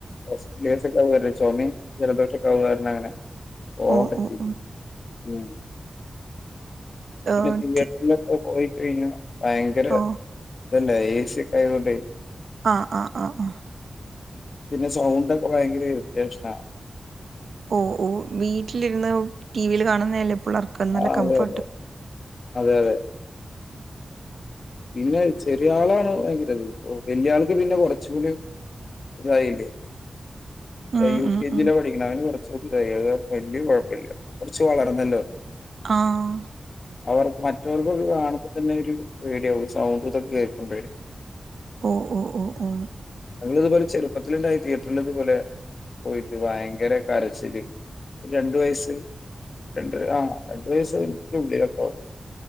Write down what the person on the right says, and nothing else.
ഓ ഓ
ഓ
ഓ
തി-
ഓ
ആഹ് ആഹ് ആഹ് ആഹ്
ഓഹ് ഓഹ് വീട്ടിലിരുന്ന് ടിവിൽ കാണുന്നല്ല പിള്ളേർക്ക് നല്ല
കംഫർട്ട്
ഉം
ഉം
ഉം
ആഹ്
ഓഹ് ഓഹ് ഓഹ് ഓഹ്